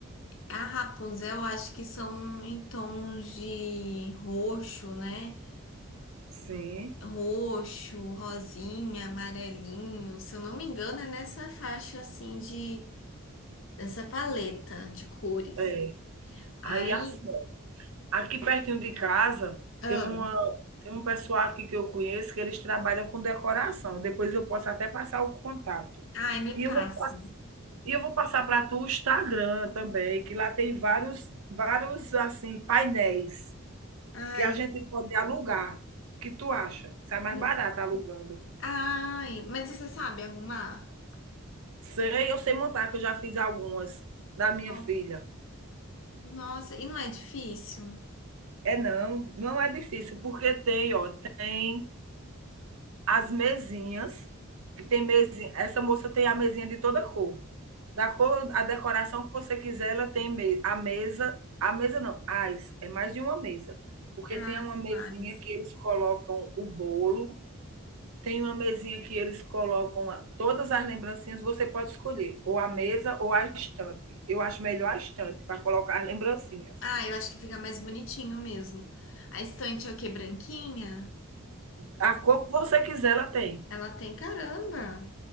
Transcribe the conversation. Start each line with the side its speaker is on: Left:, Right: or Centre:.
Left: A Rapunzel, eu acho que são em tons de roxo, né?
Right: Sim,
Left: Roxo, rosinha, amarelinho. Se eu não me engano, é nessa faixa assim de dessa paleta de cores.
Right: é.
Left: Aí,
Right: Aí assim, aqui pertinho de casa
Left: ah,
Right: tem uma tem um pessoal aqui que eu conheço que eles trabalham com decoração. Depois eu posso até passar o contato.
Left: ai, me
Right: E
Left: passa.
Right: eu vou pass- e eu vou passar para tu o Instagram também, que lá tem vários vários assim painéis
Left: Ai,
Right: que a gente pode alugar. O que tu acha? Sai mais
Left: hum,
Right: barato alugando.
Left: ai, mas você sabe arrumar?
Right: Sei, eu sei montar, que eu já fiz algumas da minha
Left: Ó,
Right: filha.
Left: Nossa, e não é difícil?
Right: É não, não é difícil, porque tem, ó, tem as mesinhas, que tem mesinha. Essa moça tem a mesinha de toda cor. Da cor, a decoração que você quiser, ela tem me a mesa. A mesa não, as, é mais de uma mesa. Porque
Left: Ah,
Right: tem uma
Left: são
Right: mesinha
Left: várias.
Right: que eles colocam o bolo, Tem uma mesinha que eles colocam todas as lembrancinhas, você pode escolher, ou a mesa ou a estante. Eu acho melhor a estante para colocar as lembrancinhas.
Left: Ah, eu acho que fica mais bonitinho mesmo. A estante é o quê? Branquinha?
Right: A cor que você quiser, ela tem.
Left: Ela tem caramba.